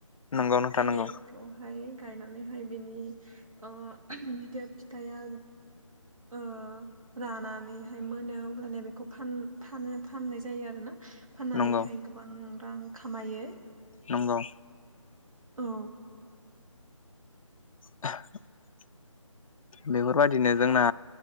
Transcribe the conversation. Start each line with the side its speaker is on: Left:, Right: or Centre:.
Left: नंगौ नोंथां
Right: थालिर
Left: नंगौ
Right: खौहाय गायनानैहाय बेनि ओ जेतिया फिथाइया ओ। रानानैहाय मोनो अब्लानिया बेखौ फान फानो फाननाय जायो आरो ना। फाननानैहाय
Left: नंगौ
Right: गोबां रां खामायो।
Left: नंगौ
Right: औ
Left: <inaudible> बेफोरबायदिनो जोंना